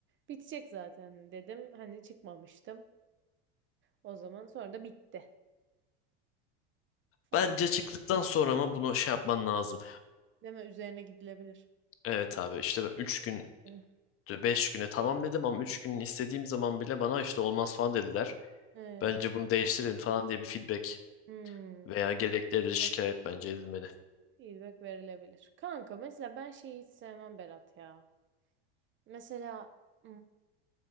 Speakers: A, on the right; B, on the left.
A: Bitecek zaten dedim. Hani çıkmamıştım. O zaman sonra da bitti falan.
B: Bence çıktıktan sonra mı bunu şey yapman lazım.
A: Deme üzerine gidilebilir.
B: Evet abi işte 3 gün
A: Hani,
B: 5 güne tamam dedim ama 3 gün istediğim zaman bile bana işte olmaz falan dediler.
A: He.
B: Bence bunu değiştirin falan diye bir feedback
A: Hmm.
B: veya gerekli edilmiş
A: Feedback,
B: şikayet bence edilmeli.
A: feedback verilebilir. Kanka mesela ben şeyi hiç sevmem Berat ya. Mesela hmm,